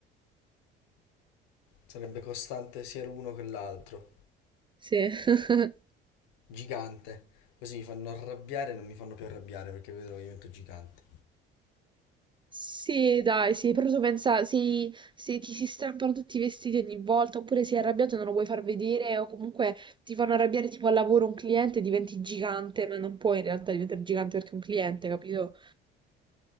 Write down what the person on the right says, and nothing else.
Sì. <laughs>
Sì, dai, sì, però tu pensa, se, se ti si strappano tutti i vestiti ogni volta, oppure sei arrabbiato e non lo vuoi far vedere, o comunque ti fanno arrabbiare tipo al lavoro un cliente, diventi gigante, ma non puoi in realtà diventare gigante perché è un cliente, capito?